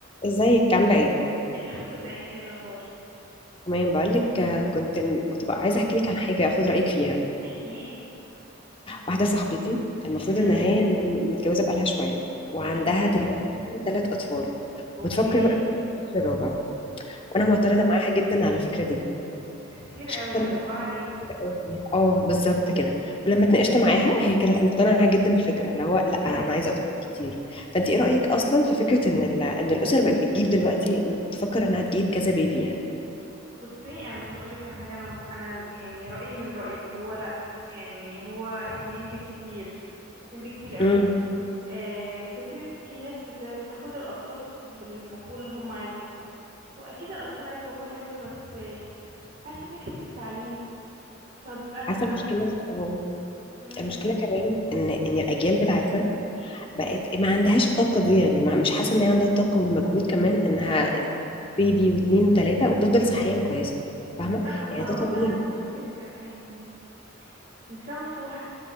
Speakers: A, on the left (about 25°); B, on the right (about 45°).
A: ازيك عاملة ايه؟
B: الحمد لله انتي ايه الاخبار
A: تمام بقولك آه، كنت كنت بقى عايزة احكي لك عن حاجة اخد رأيك فيها
B: احكيلي
A: واحدة صاحبتي المفروض
B: امم
A: ان هي متجوزة بقالها شوية وعندها
B: تمام
A: دلوقتي ثلاث اطفال
B: اوكي
A: وبتفكر بقى تجيب الطفل الرابع وانا معترضة معاها جدا على الفكرة دي
B: ده كتير
A: شايفة
B: قوي
A: ان
B: اربعة ليه
A: كده أوي عليها. اه بالظبط كده ولما اتناقشت معاها هي كانت مقتنعة جدا بالفكرة اللي هو لا
B: امم
A: انا عايزة اطفال كتير فانت ايه رأيك اصلا في فكرة ان ال- ان الاسر بقت بتجيب دلوقتي تفكر انها تجيب كذا بيبي يعني
B: بصي انا عايزه اقولك على حاجه انا انا يعني رايي من رايك اللي هو لا يعني هو اتنين بالكتير اتنين بالكتير قوي
A: امم
B: آه فكره في ناس بت... بتاخد الاطفال بالمقول ان هم عزوه هو اكيد الاطفال عزوه وكل حاجه بس آه، عارفه فكره التعليم طب انا
A: عارفة المشكلة في- اه
B: امم
A: المشكله كمان ان ان الاجيال بتاعتنا بقت ما عندهاش الطاقه دي يعني ما مش حاسه ان هي عندها الطاقه والمجهود كمان انها
B: بالظبط
A: بيبي واثنين وثلاثه وتفضل صحيا كويسه
B: بالظبط
A: فاهمه
B: انا مستغربه
A: يعني ده
B: فعلا
A: طبيعي
B: ان صاحبتك يعني لسه مفتوح